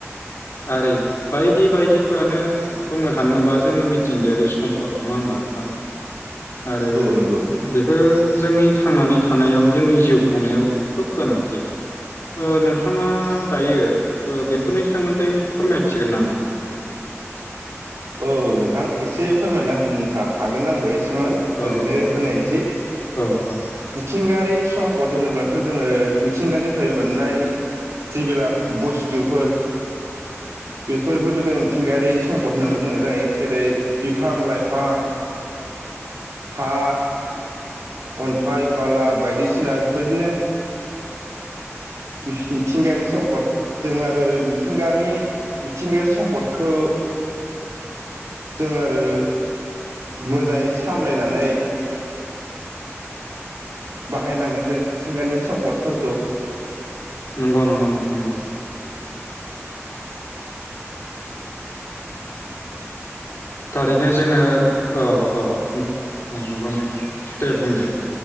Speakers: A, on the left; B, on the right.
A: आरि बायदि बायदिफोरानो बुंनो थाङोबा जोंनि मिथिंगायारि सम्पद नङा होमबा नोंथां? आरो
B: नंगौ।
A: बेे बे जोंनि थांनानै थानायाव जोंनि जिउ खुंनायाव खोब गोनांथि नोंथाङा दायो बे बेफोरनि सोमोन्दै फोरमायथिगोन नामा नोंथां
B: औ नोंथां एसे फोरमायना होनो हागोन आंबो एसे
A: औ
B: ओरैनो
A: औ
B: होनायसै
A: औ औ
B: मिथिंगारि सम्पद होनोब्लाथ' जोङो मिथिंगानिफ्राय मोननाय जेबिलाक बुस्थुफोर बेफोरखौनो जों मिथिंगायारि सम्पद होनो बुंनाय जायो जेरै बिफां- लाइफां हा अन्थाइ बाला बायदिसिना बेबायदिनो मिथिंगायारि सम्पद जों आरो मिथिंगानि मिथिंगायारि सम्पदखौ जों आरो मोजाङै सामलायनानै बाहायनांगोन जों मिथिंगानि सम्पदफोरखौ
A: नंगौ नंगौ नोंथां नंगौ। थारैनो जोङो औ औ उम नंगौ नोंथां। दे बुंदो।